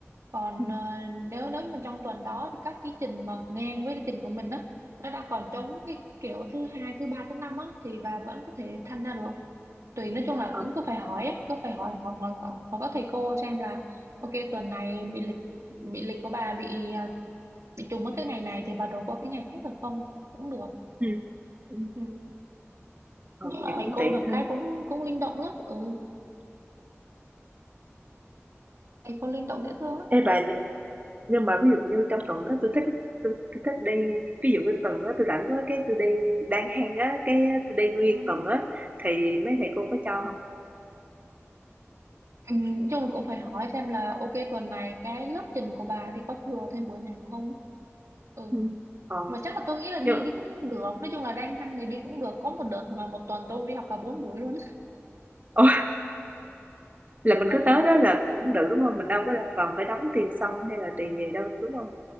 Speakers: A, on the right; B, on the right.
A: còn
B: Ừ,
A: ờ, nếu nếu mà trong tuần đó thì các cái trình mà ngang với lịch trình của mình á nó đang còn trống cái kiểu thứ hai thứ ba thứ năm á thì bà vẫn có thể tham gia được tùy nói chung là
B: Ờ
A: cũng cứ phải hỏi á, cứ phải hỏi hỏi hỏi hỏi, hỏi các thầy cô xem là ok tuần này bị lịch bị lịch của bà bị à, bị trùng với cái ngày này thì bà đổi qua cái ngày khác được không cũng được
B: ừ, ừ,
A: ừ.
B: ờ,
A: nhưng
B: vậy
A: mà thầy
B: cũng
A: cô
B: tiện
A: được
B: ha.
A: cái cũng cũng linh động lắm ừ thầy cô linh động dễ thương lắm
B: Ê bà nhưng mà ví dụ như trong tuần đó tôi thích tôi, tôi thích đi ví dụ như tuần đó tôi rảnh quá cái tôi đi đang hang á cái tôi đi nguyên
A: ừ.
B: tuần á thì mấy thầy cô có cho không
A: Ừ, nói chung là cũng phải hỏi xem là ok tuần này cái lớp trình của bà thì có thừa thêm buổi nào không ừ
B: Ừ. ờ
A: mà chắc là tôi nghĩ là đi
B: nhưng mà,
A: đi cũng được nói chung là đang hăng thì đi cũng được có một đợt mà một tuần tôi đi học cả bốn buổi luôn
B: <laughs> Ồ, là mình
A: ờ
B: cứ tới đó là cũng được đúng không mình đâu có là còn phải đóng tiền sân hay là tiền gì đâu đúng không